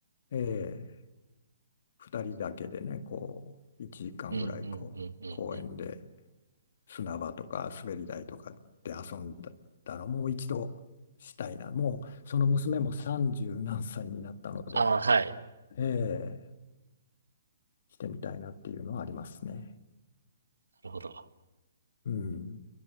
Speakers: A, on the left; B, on the right.
A: ええ、二人だけでね、こう、1時間ぐらい、
B: うんうんうんうんうん。
A: こう、公園で砂場とか滑り台とかで遊んだだら、もう一度したいな。もう、その娘も30何歳になったので、
B: ああ、はい。
A: ええ、してみたいなっていうのはありますね。
B: なるほど。
A: うん。